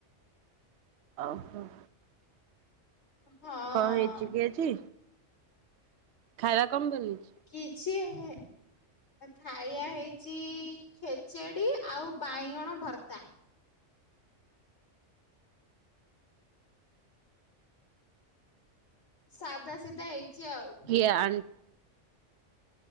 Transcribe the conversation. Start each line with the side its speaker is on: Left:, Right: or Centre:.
Right: ଓହୋ।
Left: ହଁ
Right: କଣ ହେଇଚି କି ଆଜି। ଖାଇବା କମ୍ କରିବି?
Left: କିିଛି ହେ ଖାଇବା ହେଇଚି ଖେଚେଡି ଆଉ ବାଇଁଗଣ ଭର୍ତ୍ତା। ସାଧା ସିଧା ହେଇଚି ଆଉ।
Right: କିଏ ଆଣ୍